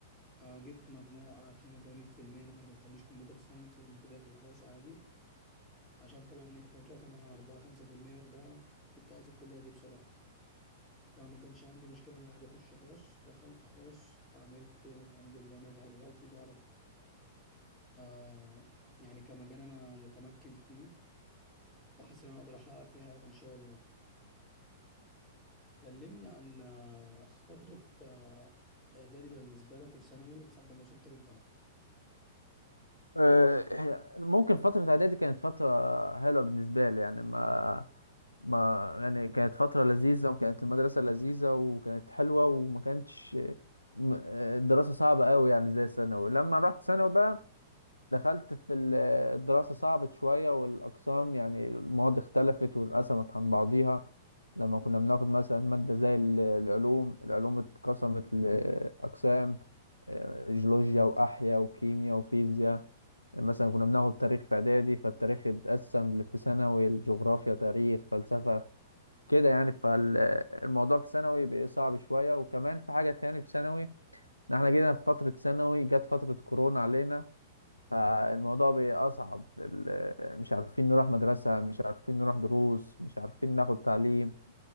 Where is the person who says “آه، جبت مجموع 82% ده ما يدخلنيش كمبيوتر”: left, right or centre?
Centre